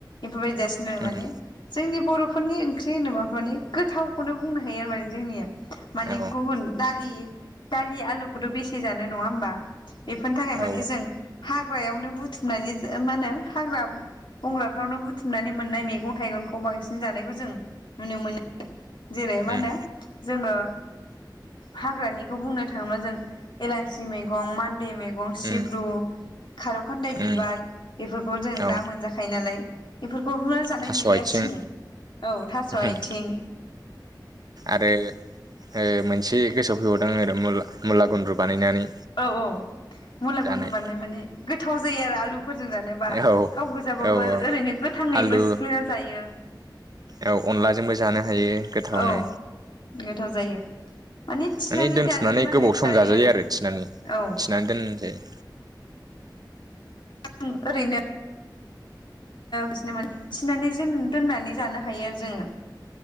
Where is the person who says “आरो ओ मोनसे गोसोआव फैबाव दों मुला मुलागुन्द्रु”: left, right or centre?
Right